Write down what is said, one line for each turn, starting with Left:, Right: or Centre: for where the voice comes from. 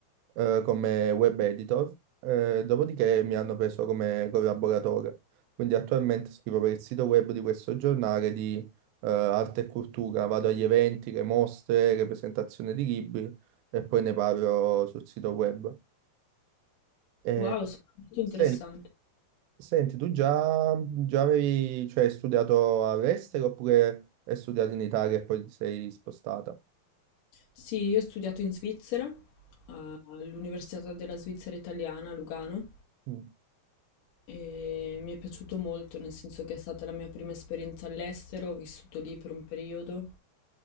Right: eh, come web editor, eh, dopodiché mi hanno preso come collaboratore. Quindi attualmente scrivo per il sito web di questo giornale di eh, arte e cultura, vado agli eventi, le mostre, le presentazioni di libri e poi ne parlo sul sito web. Eh,
Left: Wow, so- molto interessante.
Right: sen- senti, tu già, già avevi, cioè, hai studiato all'estero oppure hai studiato in Italia e poi ti sei spostata?
Left: Sì, io ho studiato in Svizzera, a- all'Università della Svizzera Italiana a Lugano
Right: Mm.
Left: e mi è piaciuto molto, nel senso che è stata la mia prima esperienza all'estero, ho vissuto lì per un periodo